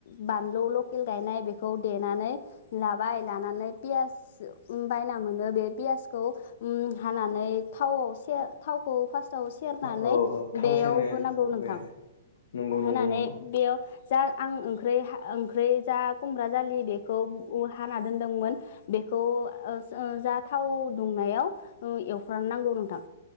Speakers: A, on the left; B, on the left.
A: बानलु लकेल गायनाय बेखौ देनानै लाबाय लानानै पियास बायना मोनो बे पियासखौ ओम हानानै थावआव सेर थावखौ फार्सआव सेरनानै
B: थाव औ औ थाव
A: बेयाव
B: सेरना
A: होनांगौ
B: होबाय
A: नोंथां
B: आरो <unintelligible>
A: होनानै
B: नंगौ
A: बेयाव जा आं ओंख्रै हा ओंख्रै जा खुमब्रा जालि बेखौ <unintelligible> हाना दोनदोंमोन बेखौ ओ जा थाव दुंनायाव ओ एवफ्रानो नांगौ नोंथां।